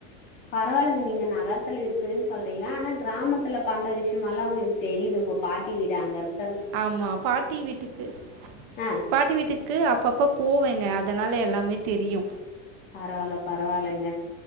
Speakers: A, on the left; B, on the right.
A: பரவால்லங்க நீங்க நகரத்துல இருக்குறன் சொல்றீங்க ஆனா கிராமத்துல பண்ற விஷயமல்லா உங்களுக்கு தெரியுது உங்க பாட்டி வீடு அங்க இருக்
B: ஆமா பாட்டி வீட்டுக்கு
A: ஆ
B: பாட்டி வீட்டுக்கு அப்பப் ப போவேங்க அதனால எல்லாமே தெரியு
A: பரவால்ல பரவால்லங்க